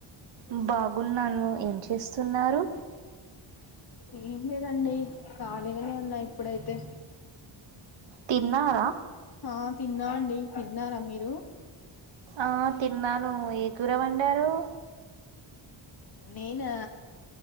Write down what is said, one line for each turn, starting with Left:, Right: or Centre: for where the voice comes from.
Right: బాగున్నాను ఏం చేస్తున్నారు
Left: ఏమ్ లేదండి కాలిగానే అన్నా ఇప్పుడైతే
Right: తిన్నారా
Left: ఆ తిన్నాండి తిన్నారా మీరు
Right: ఆ తిన్నాను ఏ కూర వండారూ
Left: నేనా